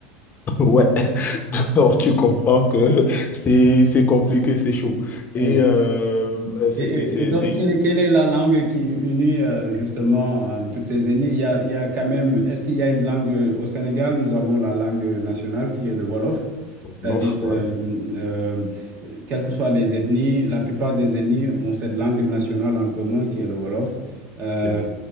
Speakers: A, on the left; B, on the right.
A: Ouais, <laughs> alors tu comprends que c'est c'est compliqué, c'est chaud.
B: <laughs>
A: Et euh, euh, c'est
B: Et, et-
A: c'est- c'est-
B: et donc,
A: c'est-
B: quelle
A: c'est
B: est, quelle est la langue qui unit euh, justement euh, toutes ces ethnies? Il y a, il y a quand même, est-ce qu'il y a une langue euh, au Sénégal? Nous avons la langue nationale qui est le Wolof,
A: Wolof,
B: c'est-à-dire,
A: ouais.
B: euh, euh, euh, quelles que soient les ethnies, la plupart des ethnies ont cette langue nationale en commun qui est le Wolof, euh,
A: c'est